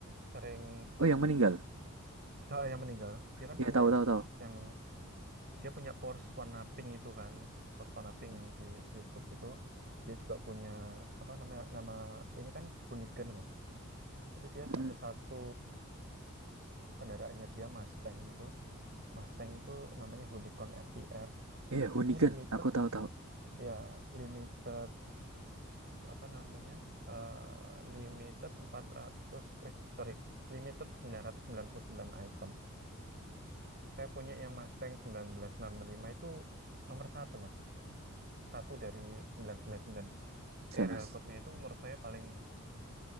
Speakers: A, on the right; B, on the right.
A: sering
B: Oh, yang meninggal.
A: ah, yang meninggal. Dia kan
B: Ya,
A: punya
B: tahu tahu tahu.
A: yang dia punya Porsche warna pink itu kan. Porsche warna pink yang di YouTube itu. Dia juga punya apa namanya nama ini kan Hunigan kan. Jadi dia
B: Mhm.
A: ada satu kendaraannya dia Mustang itu. Mustang itu namanya Unicorn FTR.
B: Iya, Hunigan.
A: Ini limited
B: Aku tahu-tahu.
A: ya, limited apa namanya eh, limited empat ratus eh sorry limited sembilan sembilan ratus sembilan puluh sembilan item saya punya yang Mustang 1965 itu nomor satu mas satu dari sembilan sembilan sembilan
B: Saya,
A: serial
B: Mas.
A: code-nya itu menurut saya paling